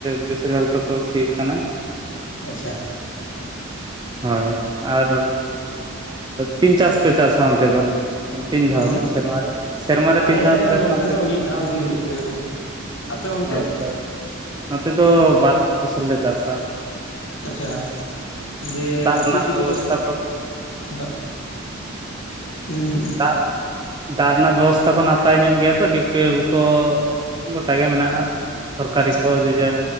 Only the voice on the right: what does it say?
ᱵᱮᱥᱤᱨ ᱵᱷᱟᱜᱽ ᱫᱚᱠᱚ ᱥᱤᱭᱳᱜ ᱠᱟᱱᱟ᱾
ᱦᱳᱭ, ᱟᱨ ᱛᱤᱱ ᱪᱟᱥ ᱯᱮ ᱪᱟᱥᱟ ᱚᱱᱛᱮ ᱫᱚ? ᱛᱤᱱ ᱫᱷᱟᱣ
ᱥᱮᱨᱢᱟ ᱨᱮ, ᱥᱮᱨᱢᱟ ᱨᱮ
ᱛᱤᱱ ᱫᱷᱟᱣ ᱯᱮ ᱪᱟᱥᱟ
ᱚᱱᱛᱮ ᱫᱚ?
ᱟᱪᱪᱷᱟ ᱱᱚᱛᱮ ᱫᱚ ᱵᱟᱨ ᱯᱷᱚᱥᱚᱞ ᱞᱮ ᱪᱟᱥᱟ᱾
ᱫᱟᱜ ᱨᱮᱱᱟᱜ
ᱵᱮᱵᱚᱥᱛᱷᱟ
ᱠᱚ
ᱟᱨ ᱫᱟᱜ ᱨᱮᱱᱟᱜ ᱵᱮᱵᱚᱥᱛᱷᱟ ᱠᱚ ᱱᱟᱯᱟᱭ ᱧᱚᱜ ᱜᱮᱭᱟ ᱛᱚ ᱰᱤᱯᱴᱩᱭᱮᱞ ᱠᱚ? ᱜᱚᱴᱟᱜᱮ ᱢᱮᱱᱟᱜ-ᱟ ᱥᱚᱨᱠᱟᱨᱤ
ᱠᱚ ᱡᱮᱡᱟᱨ᱾